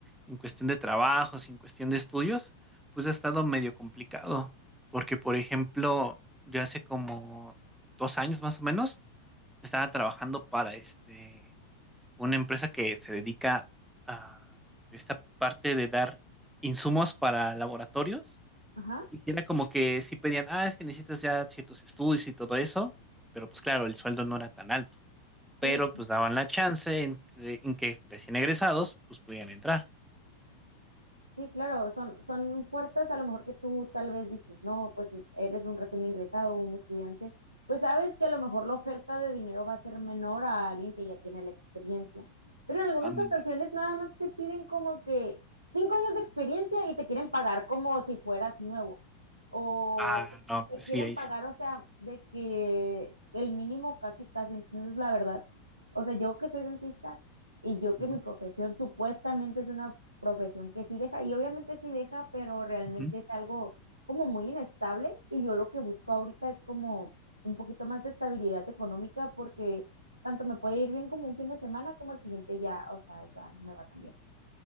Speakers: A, in the centre; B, on the right (about 85°).
A: en cuestión de trabajos, en cuestión de estudios, pues ha estado medio complicado, porque por ejemplo, yo hace como dos años más o menos estaba trabajando para este una empresa que se dedica a esta parte de dar insumos para laboratorios
B: Ajá,
A: y sí era como que sí pedían, ah, es que necesitas ya ciertos estudios y todo eso, pero pues claro, el sueldo no era tan alto pero
B: sí.
A: pues daban la chance entre- en que recién egresados pues pudieran entrar.
B: Sí, claro, son, son puertas a lo mejor que tú tal vez dices, no, pues es- eres un recién ingresado, un estudiante, pues sabes que a lo mejor la oferta de dinero va a ser menor a alguien que ya tiene la experiencia. Pero en algunas
A: Ándale.
B: ocasiones nada más te piden como que cinco años de experiencia y te quieren pagar como si fueras nuevo. O
A: Ah, no,
B: te
A: pues
B: quieren
A: sí, ahí
B: pagar,
A: sí.
B: o sea, de que el mínimo casi, casi. Entonces, la verdad, o sea, yo que soy dentista y yo que
A: Ujú,
B: mi profesión supuestamente es una profesión que sí deja, y obviamente sí deja, pero realmente
A: ujú.
B: es algo como muy inestable y yo lo que busco ahorita es como un poquito más de estabilidad económica porque tanto me puede ir bien como un fin de semana como el siguiente ya, o sea, ya no me va tan bien.